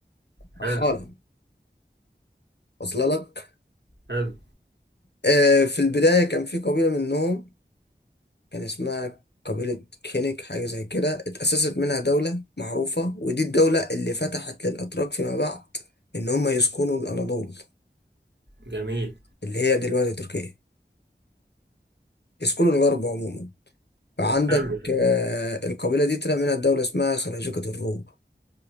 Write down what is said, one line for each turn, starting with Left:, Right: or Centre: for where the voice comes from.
Right: حلو
Left: رحاله واصله لك
Right: حلو
Left: آه في البدايه كان في قبيله منهم كان اسمها قبيله كينيك حاجه زي كده اتاسست منها دوله معروفه ودي الدوله اللي فتحت للاتراك فيما بعد ان هم يسكنوا الاناضول
Right: جميل
Left: اللي هي دلوقتي تركيا يسكنوا الغرب عموما فعندك
Right: حلو حلو
Left: آه، القبيلة دي طلع منها دولة اسمها سلاجقة الروم